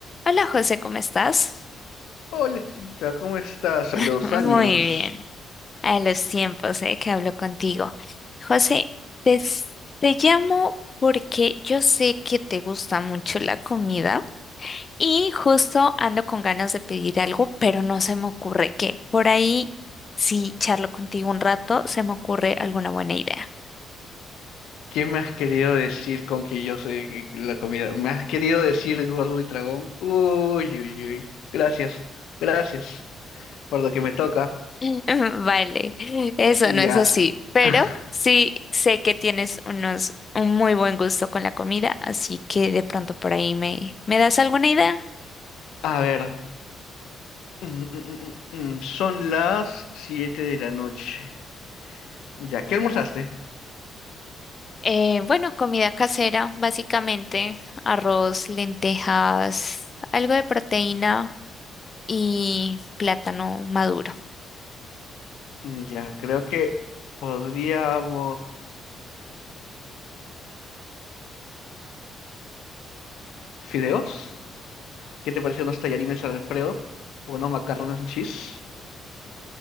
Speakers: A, on the left; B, on the left.
A: Hola José, ¿cómo estás?
B: Hola, Chinita, ¿cómo estás?
A: <laughs>
B: A los
A: Muy
B: años,
A: bien, a los tiempos eh, que hablo contigo. José, te, s- te llamo porque yo sé que te gusta mucho la comida y justo ando con ganas de pedir algo, pero no se me ocurre qué. por ahí, si charlo contigo un rato, se me ocurre alguna buena idea.
B: ¿qué me has querido decir con que yo soy la comida? ¿Me has querido decir gordo y dragón? Uy, uy, uy. Gracias, gracias por lo que me toca.
A: <laughs> Vale, eso
B: Ya.
A: no es así, pero
B: <laughs>
A: sí sé que tienes unos un muy buen gusto con la comida, así que de pronto por ahí me, ¿me das alguna idea?
B: A ver, mm, mm, mm, mm, mm, son las 7 de la noche. Ya, ¿qué almorzaste?
A: Eh, bueno, comida casera, básicamente arroz, lentejas, algo de proteína y plátano maduro.
B: Mm, Ya, creo que podríamos... ¿Fideos? ¿Qué te parecen unos tallarines al Alfredo? ¿O unos macarrones en cheese?